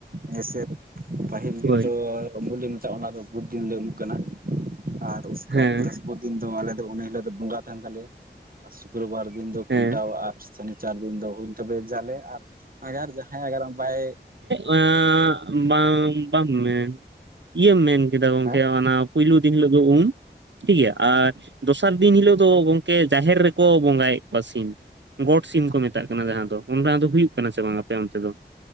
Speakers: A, on the right (about 50°); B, on the right (about 80°).
A: ᱦᱮᱸᱥᱮ ᱯᱟᱹᱦᱤᱞ
B: ᱦᱳᱭ
A: ᱫᱤᱱ ᱫᱚ ᱩᱢᱩᱞᱮ ᱢᱮᱛᱟᱜᱼᱟ ᱚᱱᱟ ᱫᱚ ᱵᱚᱦᱩᱫᱤᱱ ᱞᱮ ᱩᱢᱩᱜ ᱠᱟᱱᱟ ᱟᱨ ᱩᱥᱠᱼᱼ
B: ᱦᱮᱸ
A: ᱫᱤᱱ ᱫᱚ ᱟᱞᱮ ᱫᱚ ᱩᱱ ᱦᱤᱞᱳᱜ ᱫᱚ ᱵᱚᱸᱜᱟ ᱛᱟᱦᱮᱱ ᱛᱟᱞᱮᱭᱟ ᱟᱨ ᱥᱩᱠᱨ ᱵᱟᱨ ᱫᱤᱱ ᱫᱚ
B: ᱦᱮᱸ
A: ᱠᱷᱩᱱᱴᱟᱣ ᱟ ᱟᱨᱼᱼ ᱥᱟᱱᱤ ᱪᱟᱨ ᱫᱤᱱ ᱫᱚ ᱦᱩᱭ ᱛᱚᱵᱮ ᱡᱟᱞᱮ ᱟᱨ ᱟᱜ ᱡᱟᱦᱟᱸᱭ ᱟᱜᱟᱨ ᱵᱟᱭᱼᱼ
B: ᱚᱱᱟ <unintelligible> ᱵᱟᱢ ᱢᱮᱱ ᱤᱭᱟᱹᱢ ᱢᱮᱱ ᱠᱮᱫᱟ ᱜᱚᱝᱠᱮ
A: ᱦᱮᱸ
B: ᱚᱱᱟ ᱯᱩᱭᱞᱩ ᱫᱤᱱ ᱦᱤᱞᱳ ᱫᱚ ᱩᱢ ᱴᱷᱤᱠᱜᱮᱭᱟ ᱟᱨ ᱫᱚᱥᱟᱨ ᱫᱤᱱ ᱦᱤᱞᱳᱜ ᱫᱚ ᱜᱚᱢᱠᱮ ᱡᱟᱦᱮᱨ ᱨᱮᱠᱚ ᱵᱚᱸᱜᱟᱭᱮᱫ ᱠᱚᱣᱟ ᱥᱤᱢ ᱜᱚᱴ ᱥᱤᱢ ᱠᱚ ᱢᱮᱛᱟᱜ ᱠᱟᱱᱟ ᱡᱟᱦᱟᱸ ᱫᱚ ᱚᱱ ᱫᱚ ᱦᱩᱭᱩᱜ ᱠᱟᱱᱟ ᱥᱮ ᱵᱟᱝ ᱟᱯᱮ ᱚᱱᱛᱮ ᱫᱚ